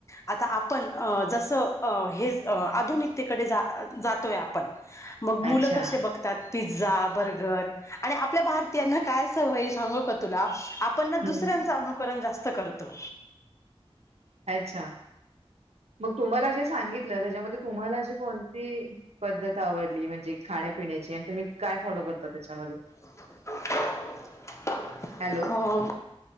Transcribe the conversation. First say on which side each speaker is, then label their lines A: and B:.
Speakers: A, on the left (about 30°); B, on the right (about 80°).
A: आता आपण जस हे आधुनिकतेकडे जातोय आपण मग मुलं
B: अच्छा,
A: कशे बघतात पिझ्झा बर्गर आणि आपल्या भारतीयांना काय सवय सांगू का तुला आपण ना
B: हं.
A: दुसऱ्यांचं अनुकरण जास्त करतो
B: अच्छा मग तुम्हाला जे सांगितलं त्याच्यामध्ये तुम्हाला अशी कोणती पद्धत आवडली म्हणजे खाण्यापिण्याची आणि तुम्ही काय फॉलो करता त्याच्यामध्ये
A: <unintelligible>
B: हॅलो
A: हो